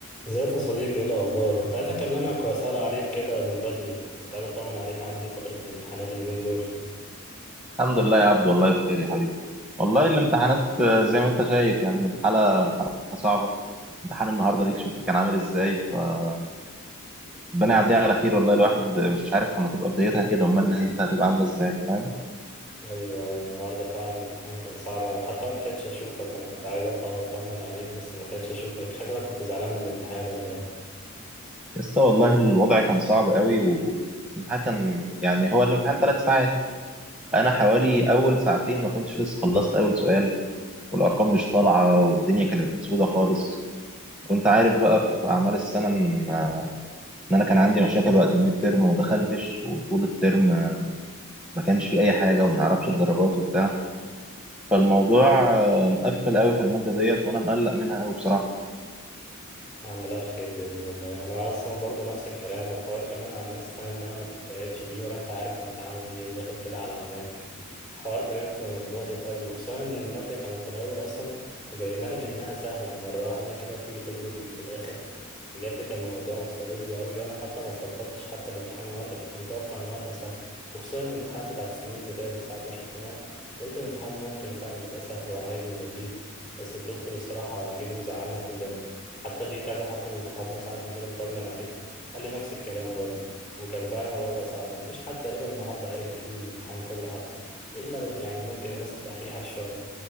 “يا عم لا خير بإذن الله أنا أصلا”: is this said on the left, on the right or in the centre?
Left